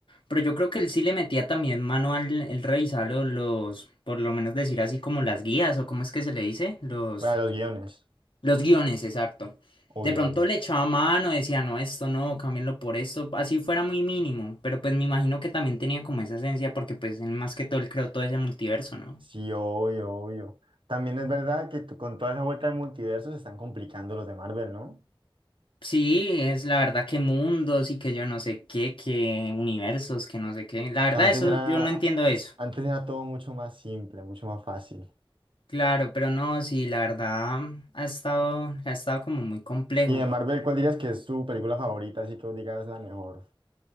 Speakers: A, on the left; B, on the right.
A: pero yo creo que él sí le metía también mano al el revisar lo- los, por lo menos decir así como las guías, o cómo es que se le dice, los,
B: Para los guiones,
A: los guiones, exacto.
B: obvio,
A: De pronto
B: obvio.
A: le echaba mano, decía, no, esto no, cámbienlo por esto, así fuera muy mínimo, pero pues me imagino que también tenía como esa esencia, porque pues él más que todo él creó todo ese multiverso, ¿no?
B: Sí, obvio, obvio. También es verdad que t- con toda esa vuelta de multiverso se están complicando los de Marvel, ¿no?
A: Sí, es la verdad que mundos y que yo no sé qué, que universos, que no sé qué. La verdad,
B: Antes
A: eso
B: era,
A: yo no entiendo eso.
B: antes era todo mucho más simple, mucho más fácil.
A: Claro, pero no, sí, la verdad ha estado, ha estado como muy complejo.
B: Y de Marvel, ¿cuál dirías que es tu película favorita? Así que vos digas la mejor.